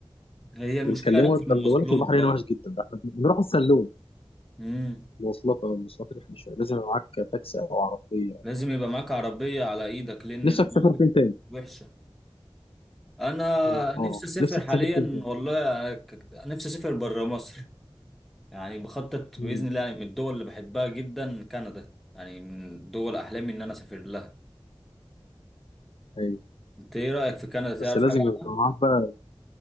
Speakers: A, in the centre; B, on the left (about 70°).
A: هي المشكلة
B: بنكلمه
A: هناك في
B: ده
A: المواصلات
B: بيقول لك البحر
A: بقى
B: هنا وحش جدا ده احنا بنروح السلوم
A: مم.
B: مواصلات او مواصلات رخمه شويه لازم يبقى معاك تاكسي او عربيه يعني.
A: لازم يبقى معاك عربية على إيدك لأن
B: نفسك
A: المواصلات
B: تسافر فين تاني؟
A: وحشة انا
B: اه
A: نفسي
B: اه
A: اسافر
B: نفسك
A: حاليا
B: تسافر فين تاني؟
A: والله ك- نفسي اسافر بره مصر يعني بخطط
B: امم
A: باذن الله يعني من الدول اللي بحبها جدا كندا يعني من دول احلامي ان انا اسافر لها
B: ايوه
A: انت ايه رايك في كندا
B: بس
A: تعرف
B: لازم
A: حاجه
B: يبقى
A: عنها؟
B: معاك بقى